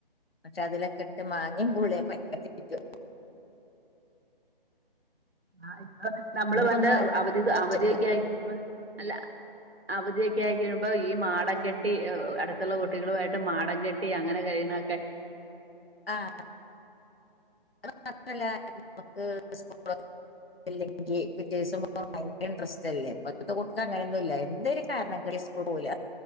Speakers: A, on the left; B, on the right.
A: പക്ഷെ അതിലൊക്കെ ഇട്ട് മാങ്ങ നീ പൂളേ <unintelligible>
B: ആഹ നമ്മള്
A: ഇന്നിപ്പൊന്നും
B: പണ്ട്
A: ആർക്കും
B: അവധി
A: ആവശ്യമില്ല.
B: അവധിയൊക്കെ ആയി <inaudible> അല്ല അവധിയ കുട്ടി ആയി തീരുമ്പോ ഈ മാടം കെട്ടി അടുത്തൊള്ള കുട്ടികളുമായിട്ട് മാടം കെട്ടി അങ്ങനെ കഴിയുന്നൊക്കെ
A: ആഹ <unintelligible> ല്ല നമുക്ക് സ്കൂള അല്ലെങ്കിൽ പിറ്റേദിവസം <inaudible> ഇൻട്രസ്റ്റ് അല്ലേ <inaudible> അങ്ങനെയൊന്നും ഇല്ല എന്തൊരു കാരണം <unintelligible> പോവൂല